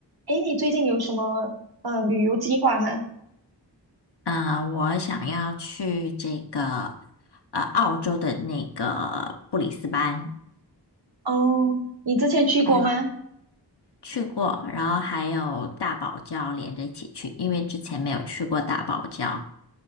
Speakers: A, on the right (about 60°); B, on the left (about 65°).
A: 哎，你最近有什么嗯旅游计划吗？
B: 呃，我想要去这个呃澳洲的那个布里斯班，
A: 哦，你之前去过吗？
B: 还有去过，然后还有大堡礁连着一起去，因为之前没有去过大堡礁。